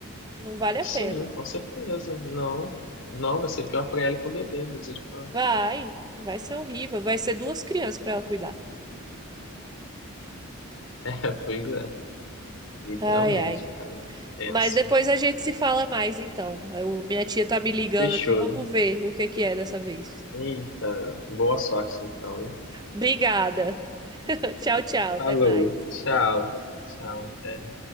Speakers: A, on the right; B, on the left.
A: Não vale
B: Sim,
A: a pena.
B: com certeza. Não, não, vai ser pior pra ela e pro bebê, misericórdia.
A: Vai,
B: <laughs>
A: vai ser horrível. Vai ser duas crianças pra ela cuidar.
B: É, pois é, literalmente,
A: Ai, ai.
B: cara. Tenso.
A: Mas depois a gente se fala mais, então. Eu- minha tia tá me ligando
B: Fechou.
A: aqui. Vamos ver o que que é dessa vez.
B: Eita, boa sorte então, hein?
A: Obrigada. <laughs> Tchau, tchau.
B: Falou,
A: Até mais.
B: tchau, tchau, até.